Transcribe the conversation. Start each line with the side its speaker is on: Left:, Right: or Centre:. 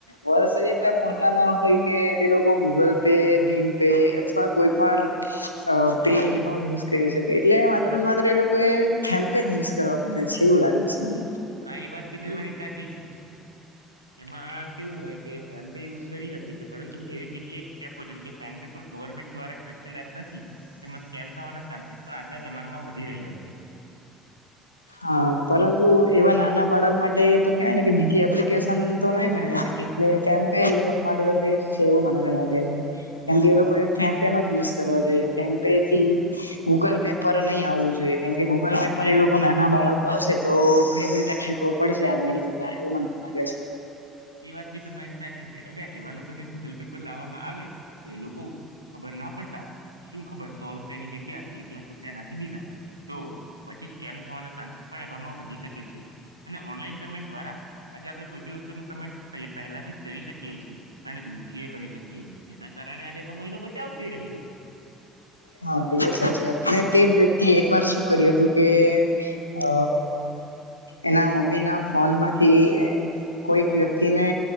Left: વર્ષ જ એટલા પૂરતા ન હોય કે તે લોકો ગૂગલ પે, ભીમ પે અથવા કોઈ પણ અ પે નો યુઝ કરી શકે એટલે માત્ર ને માત્ર એ લોકો આપડે ફેન પે જ યુઝ કરવા પડે છે એવું લાગે છે મને
Right: હા એ વાત બી તમારી સાચી છે. એમાં કેવું હોય કે ફેમ્પે યુઝ કરી શકે છે પરંતુ એવી કેટલીક એપ હોય જેમ કે ફેમ્પે પણ ગવર્મેન્ટ દ્વારા ટસ્ટેડ એપ નથી. તેમાં સ્કેમ થવાના ચાન્સીસ પણ આજના જમાનામાં વધી રહ્યા છે.
Left: હા પરંતુ એવા નાના બાળક માટે તો કેવાય ને કે બીજી એપ્લિકેશન તો નય મળી શકે એટલે ફેમ્પે એ લોકો માટે તો બેસ્ટ છે એવું મને લાગે છે. કેમ કે એ લોકો ફેમ્પેનો જ યુઝ કરવા જોઈએ ફેમ્પે થી ગૂગલ પે પર નય આવવું જોઈએ કેમ કે ગૂગલ પે પર એ લોકો નાના બાળકો હસે તો ઘણી બધી તકલીફો પડશે આગળ જતા એવું મને તો લાગે છે.
Right: એ વાત બી તમારી સાચી છે. અગર એવા લોકોને ગૂગલ પે પર લાવવામાં આવે તો એ લોકો ખબર ના પડતા શું ખબર સો રૂપિયા ની જગ્યા એક લાખ રૂપિયા નાખી દીધા તો પછી સ્કેમ થવાના ચાન્સીસ પણ એવામાં વધી શકે છે. અને ઓનલાઈન પેમેન્ટ દ્વારા આજે આપણેે કોઈ બી વસ્તુનું પેમેન્ટ પહેલાથી જ કરી શકીએ છીએ. અને દૂર થીએ કરી શકીએ છીએ જેના કારણે આજે સમયનો બચાવ થઈ રહ્યો છે.
Left: હા બિલકુલ સાચી વાત. હા તેજ વ્યક્- વ્યક્તિ એ એક વાર શું કર્યું હતું કે અ એના મમ્મીના ફોન માંથી કોઈક વ્યક્તિને